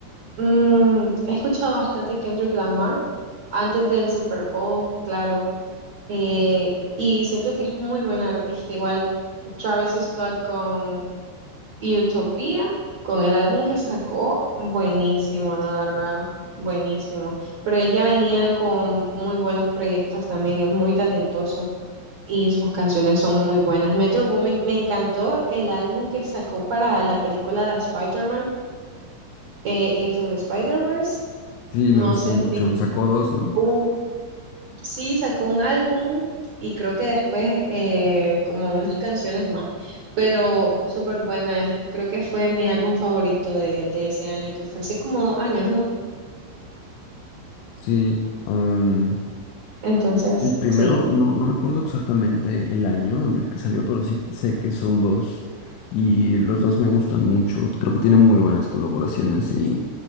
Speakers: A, on the right; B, on the left.
A: Mm, he escuchado bastante Kendrick Lamar antes del Super Bowl, claro. Eh, y siento que es muy buena artista. Igual Travis Scott con Utopia, con el álbum que sacó, buenísimo, la verdad, buenísimo. Pero él ya venía con muy buenos proyectos también, es muy talentoso y sus canciones son muy buenas. Metro Boomin, me encantó el álbum que sacó para la película de Spider-Man, eh, Into the Spider-Verse.
B: Sí,
A: No
B: me gusta
A: sé
B: mucho.
A: si...
B: Sacó dos, ¿no?
A: Uf, Sí, sacó un álbum y creo que después eh, como unas canciones más, pero súper buena. Creo que fue mi álbum favorito de, de ese año, que fue hace como dos años, ¿no?
B: Sí. am,
A: Entonces,
B: el primero,
A: sí.
B: no, no recuerdo exactamente el año en el que salió, pero sí sé que son dos. Y los dos me gustan mucho. Creo que tiene muy buenas colaboraciones y